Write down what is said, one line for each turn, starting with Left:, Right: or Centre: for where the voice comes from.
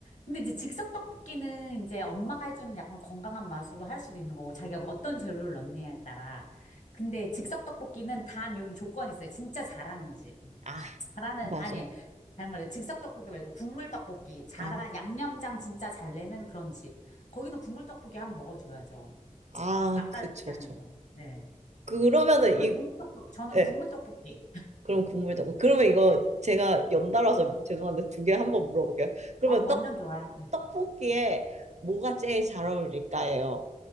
Left: 근데 이제 즉석 떡볶이는 이제 엄마가 해주는 약간 건강한 맛으로 할 수도 있는 거고, 자기가 어떤 재료를 넣느냐에 따라. 근데 즉석 떡볶이는 단 여긴 조건이 있어요. 진짜 잘하는 집.
Right: 아,
Left: 잘하는,
Right: 맞아.
Left: 아니, 잘말해 즉석 떡볶이 말고 국물 떡볶이. 잘한,
Right: 아,
Left: 양념장 진짜 잘 내는 그런 집. 거기는 국물 떡볶이 한번 먹어줘야죠.
Right: 아,
Left: 맛깔
Right: 그쵸,
Left: 나는데.
Right: 저.
Left: 네.
Right: 그러면은
Left: 저는 그래서
Right: 이,
Left: 국물 떡볶이, 저는
Right: 예,
Left: 국물 떡볶이.
Right: 그럼 국물 떡볶이. 그러면 이거
Left: 네.
Right: 제가 연달아서 죄송한데 두 개 한번 물어볼게요. 그러면
Left: 어, 완전
Right: 떡,
Left: 좋아요.
Right: 떡볶이에 뭐가 제일 잘 어울릴까요?